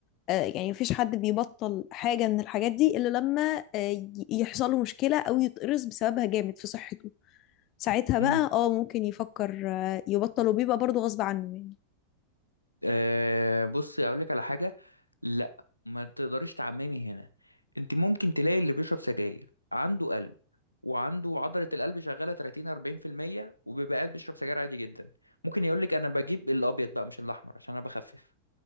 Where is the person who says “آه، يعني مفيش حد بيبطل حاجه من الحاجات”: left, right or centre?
Left